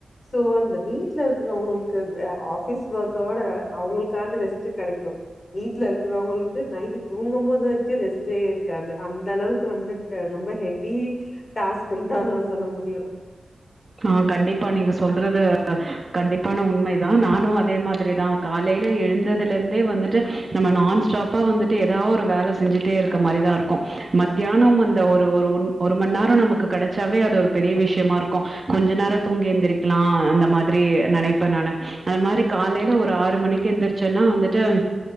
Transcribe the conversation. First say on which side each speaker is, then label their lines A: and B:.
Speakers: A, on the left; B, on the right.
A: ஸோ அந்த வீட்ல இருக்கிறவுங்களுக்கு அந்த அ ஆஃபீஸ் ஒர்க்கோட அவுங்களுக்காது ரெஸ்ட்டு கெடைக்கு வீட்ல இருக்கிறவுங்களுக்கு நைட்டு தூங்கு போது வரைக்கு ரெஸ்டே இருக்காது அந்த அளவுக்கு வந்துட்டு ரொம்ப ஹெவி டாஸ்க்குன்னு தா நா சொல்ல முடியு
B: ஆ கண்டிப்பா நீங்க சொல்றது கண்டிப்பான உண்மைதா நானு அதே மாதிரி தா காலேல எழுந்ததுல இருந்தே வந்துட்டு நம்ம நான் ஸ்டாப்பா வந்துட்டு எதா ஒரு வேல செஞ்சு டே இருக்க மாரிதா இருக்கு மத்தியானம் அந்த ஒரு ஒரு ஒன் ஒரு மணி நேரோ நமக்கு கெடைச்சாவே அது ஒரு பெரிய விஷயமா இருக் கு கொஞ்ச நேரோ தூங்கி எந்திரிக்கலா அந்த மாதிரி நெனைப்பே நானு அந்த மாரி காலேல ஒரு ஆறு மணிக்கு எந்திருச்சேனா வந்துட்டு